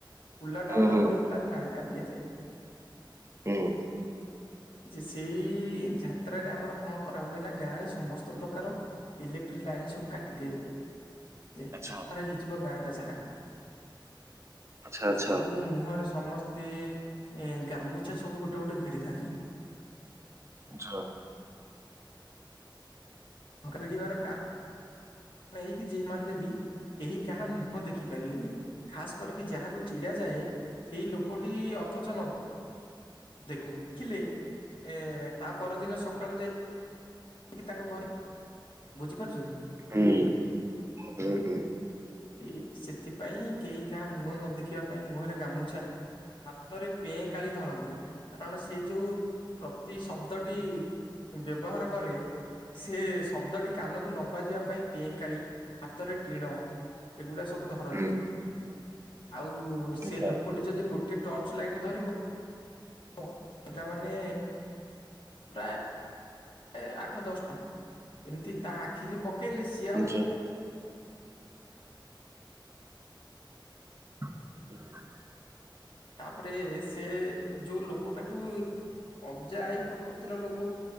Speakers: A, on the left; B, on the right.
A: କୁଲା ଡାଉନ
B: ହୁଁ
A: ଡାଉନ୍
B: ହୁଁ।
A: କଲେ ତାର ନାଁଟା ଦିଆଯାଏ
B: ହୁଁ
A: ଯେ ସେଇ। କି ଯାତ୍ରାରେ ଆମର କଣ କରା ହୁଏ ନା ଗାଁ ରେ ସମସ୍ତ ପ୍ରକାର ଇଲେକ୍ଟ୍ରିକ ଲାଇନ୍ ସବୁ କାଟି ଦିଆଯାଏ। ଯେ ଅନ୍ଧାର
B: ଆଚ୍ଛା
A: ହେଇଯିବ ଗାଁ। ଆଛା।
B: ଆଚ୍ଛା ଆଚ୍ଛା
A: ସବୁ ମୁହଁରେ ସମସ୍ତେ ଏ ଗାମୁଛା ସବୁ ଗୋଟେ। ଗୋଟେ ଗୋଟେ ଭିଡ଼ିଥାନ୍ତି।
B: ଯ।
A: ଭଙ୍କା ଭିଡ଼ିବାର କାରଣ। ନେଇକି ଯିଏ ମାରିଲେ ବି। କେହି କାହା ମୁହଁ ଦେଖିପାରିବେନି ଖାସ କରିକି ଯାହାକୁ ଚିଡା ଯାଏ ସେଇ ଲୋକଟି ଅଥଚ ନ ଦେଖୁ ଥିଲେ ଏ ତା ପରଦିନ ସକାଳୁ ଯାଇ। କାହିକି ତାଙ୍କ ଘରେ ବୁଝିପାରୁଛନ୍ତି।
B: ହୁଁ ହୁଁ ହୁଁ।
A: ଏ ସେଥିପାଇଁ କେହି କାହା ମୁହଁ ନ ଦେଖିବା ପାଇଁ ମୁହଁରେ ଗାମୁଛା। ହାତରେ ପେଁ କାଳି ଧରନ୍ତି କାରଣ ସିଏ ଯୋଉ ପ୍ରତିଶବ୍ଦ। ଡି ବ୍ୟବହାର। କରେ ସେ ସ ଶବ୍ଦଟି କାନକୁ ନ ବାଜିବା ପାଇଁ ପେଁକାଳି ହାତରେ ଟିଣ ଏଗୁଡା ସ ସବୁ ଧରନ୍ତି।
B: ହୁଁ
A: ଆଉ ସେ
B: ଆଚ୍ଛା
A: ଲୋକଟି ଯଦି ଗୋଟେ ଟର୍ଚ ଲାଇଟ୍ ଧରିବ <unintelligible> ପିଲାମାନେ ପ୍ରାୟ ଏ ଆଠ ଦଶ ଟା। ଏମିତି ତା ଆଖିିକି ପକେଇଲେ ସିଏ ଆଉ
B: ଆଚ୍ଛା ହୁଁ <inaudible>
A: ତାପରେ ସେ ଯୋଉ ଲୋକ ଟାକୁ ଅବ୍ଜା ଆଇ ପ୍ରକୃତିର ଲୋକ।